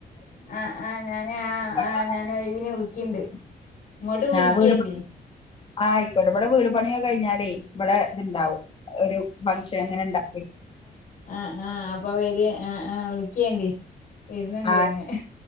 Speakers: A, on the left; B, on the left.
A: ആ ആ ഞാന് ആ
B: പണിയൊക്കെ-
A: ആ ഞാന് ഒയ് വിന് വിളിക്ക്ണ്ട് ഇങ്ങോട്ടും
B: ആ,
A: വിളിക്കേണ്ടി
B: വീട് പണി ആ അയ്ക്കോട്ടെ ഇവിടെ വീട് പണിയൊക്കെ കഴിഞ്ഞാലേ ഇവിടെ ഇത്ണ്ടാവും ഒരു ഫംഗഷൻ ങ്ങനെ ണ്ടാവും
A: ആ ആ അപ്പൊ വര് ആ ആ വിളിക്കേണ്ടി വരുന്നുണ്ട്
B: ആ
A: അങ്